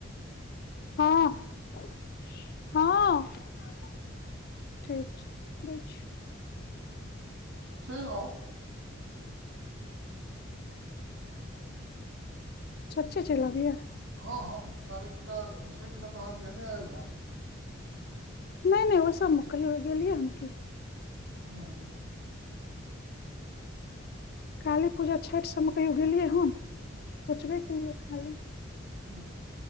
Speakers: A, on the left; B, on the right.
A: हँ हँ ठीक छै दै छी
B: <inaudible>
A: सच्चे चलि
B: जब
A: अबियै
B: हँ हँ काली पूजा छठिमे त अहाँ जेहने आबि हैत
A: नहि नहि ओसमे कहियो गेलियै हम की
B: ओं
A: काली पूजा छठि सम कहियो गेलियै हन सोचबे केलियै खाली
B: अ